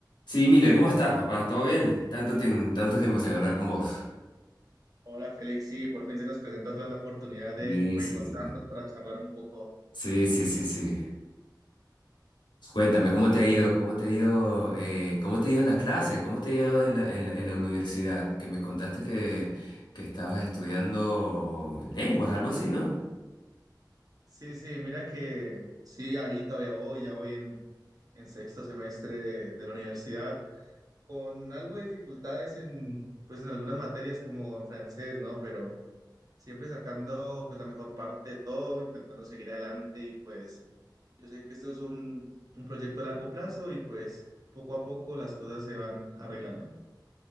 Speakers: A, on the left; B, on the right.
A: Sí, Miller, ¿cómo estás, papá? ¿Todo bien? Tanto, tien- tanto tiempo sin hablar con vos.
B: Hola Félix, sí, por fin se nos presenta otra vez la oportunidad de
A: Sí,
B: reencontrarnos
A: sí, sí.
B: para charlar un poco.
A: Sí, sí, sí, sí. sí. Cuéntame, ¿cómo te ha ido? ¿Cómo te ha ido? eh, ¿cómo te ha ido en las clases? ¿Cómo te ha ido en la, en la- en la universidad? Que me contaste que, que estabas estudiando lenguas, algo así, ¿no?
B: Sí, sí, mira que sí, ahí todavía voy, ya voy en, en sexto semestre de, de la universidad, con algo de dificultades en, pues, en algunas materias como en francés, ¿no? Pero siempre sacando pues la mejor parte de todo, intentando seguir adelante y pues yo sé que esto es un, un proyecto a largo plazo y pues poco a poco las cosas se van arreglando.